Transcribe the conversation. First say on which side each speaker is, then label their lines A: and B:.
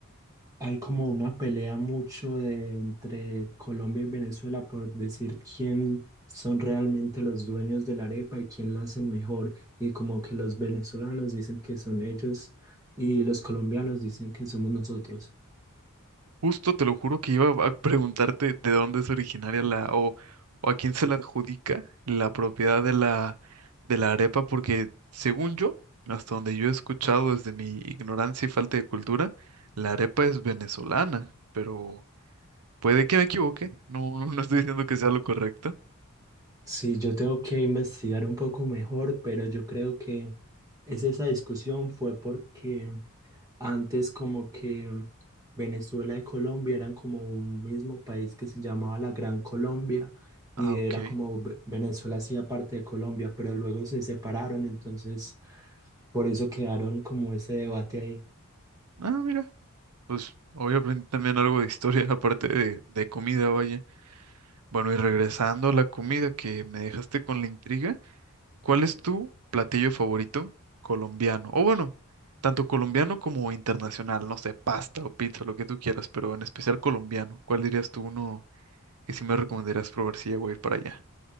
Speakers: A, on the right; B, on the right.
A: Hay como una pelea mucho de- entre Colombia y Venezuela por decir quién son realmente los dueños de la arepa y quién la hacen mejor. Y como que los venezolanos dicen que son ellos y los colombianos dicen que somos nosotros.
B: Justo te lo juro que iba a preguntarte de dónde es originaria la o, o a quién se la adjudica la propiedad de la de la arepa, porque según yo, hasta donde yo he escuchado desde mi ignorancia y falta de cultura, la arepa es venezolana, pero puede que me equivoque. No, no no estoy diciendo que sea lo correcto.
A: Sí, yo tengo que investigar un poco mejor, pero yo creo que es esa discusión fue porque Antes como que Venezuela y Colombia eran como un mismo país que se llamaba la Gran Colombia y
B: Ah,
A: era
B: ok.
A: como Ve- Venezuela hacía parte de Colombia, pero luego se separaron, entonces por eso quedaron como ese debate ahí.
B: Ah, mira, pues hoy aprendí también algo de historia, <laughs> aparte de, de comida, vaya. Bueno, y regresando a la comida que me dejaste con la intriga, ¿cuál es tu platillo favorito colombiano? O bueno, tanto colombiano como internacional, no sé, pasta o pizza, lo que tú quieras, pero en especial colombiano. ¿Cuál dirías tú uno que sí me recomendarías probar si llego a ir para allá?